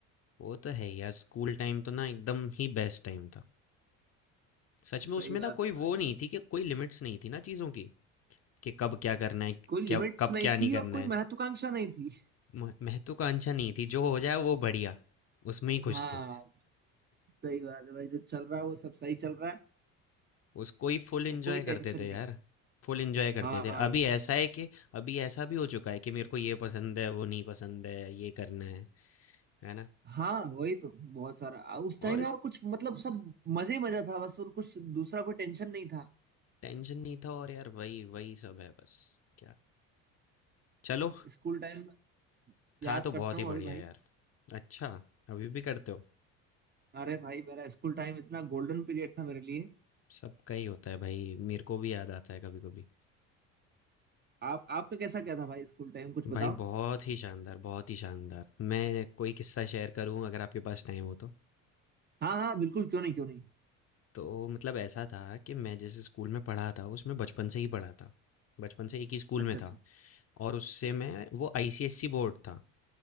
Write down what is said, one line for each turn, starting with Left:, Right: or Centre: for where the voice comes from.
Left: वो तो है यार स्कूल टाइम तो ना एकदम ही बेस्ट टाइम था
Right: <laughs>
Left: सच
Right: सही
Left: में उसमें
Right: बात
Left: ना कोई
Right: है भाई
Left: वो नहीं थी कि कोई लिमिट्स नहीं थी ना चीज़ों की कि कब क्या करना है
Right: कोई लिमिट्स
Left: क्या कब
Right: नहीं
Left: क्या नहीं
Right: थी
Left: करना
Right: और कोई
Left: है
Right: महत्वाकांक्षा नहीं थी
Left: मह- महत्वाकांक्षा नहीं थी जो हो जाए वो बढ़िया उसमें ही
Right: <laughs>
Left: खुश
Right: हाँ
Left: थे
Right: सही बात है भाई जो चल रहा है वो सब सही चल रहा है
Left: उसको ही फुल एंजॉय
Right: और कोई
Left: करते
Right: टेंशन
Left: थे
Right: नहीं
Left: यार फुल एंजॉय करते
Right: हाँ
Left: थे अभी ऐसा है कि अभी ऐसा भी हो चुका है कि मेरे को ये पसंद है वो नहीं पसंद है ये करना है है ना
Right: हाँ वही तो बहुत सारा आ, उस
Left: और
Right: टाइम
Left: इस
Right: यार कुछ मतलब सब मजे ही मजा था बस और कुछ दूसरा कोई टेंशन नहीं था
Left: टेंशन नहीं था और यार वही वही सब है बस क्या चलो
Right: स्कूल टाइम में याद
Left: था तो बहुत
Right: करता हूँ
Left: ही बढ़िया
Right: अभी भाई
Left: यार अच्छा अभी भी करते हो
Right: अरे भाई मेरा स्कूल टाइम इतना गोल्डन पीरियड था मेरे लिए
Left: सबका ही होता है भाई मेरे को भी याद आता है कभी कभी
Right: आप आपका कैसा क्या था भाई स्कूल टाइम कुछ बताओ
Left: भाई बहुत ही शानदार बहुत ही शानदार मैं कोई किस्सा शेयर करूं अगर आपके पास टाइम हो तो
Right: हाँ हाँ बिल्कुल क्यों नहीं क्यों नहीं
Left: तो मतलब ऐसा था कि मैं जिस स्कूल में पढ़ा था उसमें बचपन से ही पढ़ा था। बचपन से एक ही स्कूल
Right: अच्छा
Left: में था
Right: अच्छा
Left: और उससे मैं वो आईसीएसई बोर्ड था।